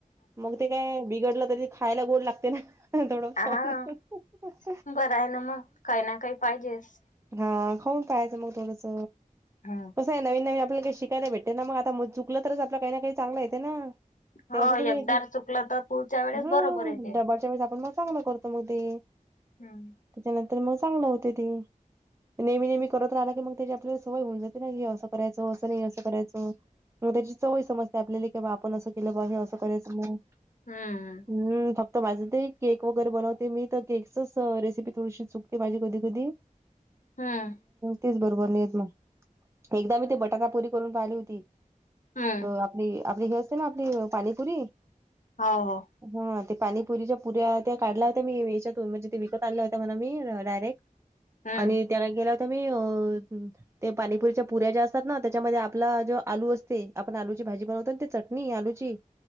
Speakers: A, on the right; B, on the left.
A: मग ते काय बिघडलं तरी खायला गोड लागते ना थोडं.
B: हा
A: <inaudible>
B: बरं आहे ना मग काही ना काही पाहिजेस.
A: हा खाऊन पाहायचं मग थोडंस.
B: हा.
A: कसं आहे नवीन-नवीन आपल्या जे शिकायला भेटते ना मग आता मु चुकलं तरच आपला काही ना काही चांगला येते ना.
B: हो
A: ते असं तुम्ही
B: एकदार
A: <inaudible>
B: चुकलं तर पुढच्या वेळेस
A: हा
B: बरोबर येते.
A: डब्बाचा वेळीच आपण मग चांगलं करतो मगं ते.
B: हम्म.
A: त्याच्यानंतर मग चांगलं होते ते. नेहमी-नेहमी करत राहिला की मग त्याची आपल्याला सवय होऊन जाते ना ही असं करायचं असं नाही असं करायचं. मग त्याची चवही समजते आपल्याला कि बा आपण असं हिला ब हे असं करायचं मग.
B: हम्म
A: हम फक्त माझं ते केक वगैरे बनवते मी तर केकचच रेसिपी थोडीशी चुकते माझी कधी-कधी.
B: हम्म
A: तेच बरोबर नाहीेत मग, एकदा मी ते बटाटा पुरी करून पाहिली होती. ती
B: हम्म
A: आपली आपली हे असते ना आपली पाणीपुरी.
B: हा हा.
A: हा ते पाणीपुरीच्या पुऱ्या त्या काढल्या होत्या मी याच्यातून म्हणजे ते विकत आल्या होत्या मला मी डायरेक्ट.
B: हम्म
A: आणि त्याला केल्या होता मी अ ते पाणीपुरीच्या पुऱ्या ज्या असतात ना त्याच्यामध्ये आपला जो आलू असते आपण आलूची भाजी बनवतो न तेच नी आलूची,